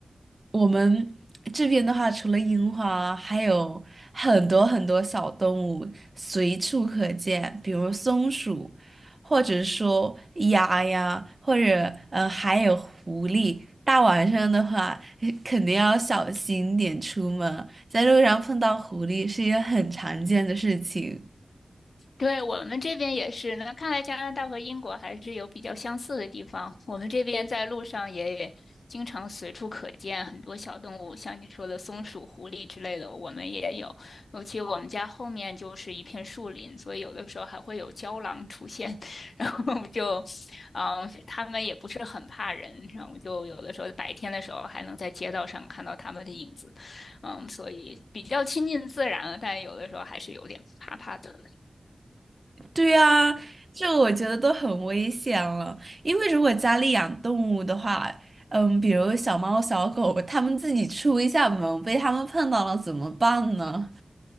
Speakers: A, on the right; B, on the left.
A: 我们这边的话，除了樱花，还有很多很多小动物随处可见，比如松鼠，或者说鸭呀，或者呃，还有狐狸。大晚上的话，<laughs> 肯定要小心点出门，在路上碰到狐狸是一件很常见的事情。
B: 对，我们这边也是。那看来加拿大和英国还是有比较相似的地方。我们这边在路上也经常随处可见很多小动物，像你说的松鼠、狐狸之类的，我们也有。尤其我们家后面就是一片树林，所以有的时候还会有郊狼出现。<laughs> 然后就，嗯、它们也不是很怕人，然后就有的时候白天的时候还能在街道上看到它们的影子。嗯，所以比较亲近自然了，但有的时候还是有点怕怕的。
A: 对呀，这个我觉得都很危险了。因为如果家里养动物的话，嗯，比如小猫、小狗，它们自己出一下门，被它们碰到了怎么办呢？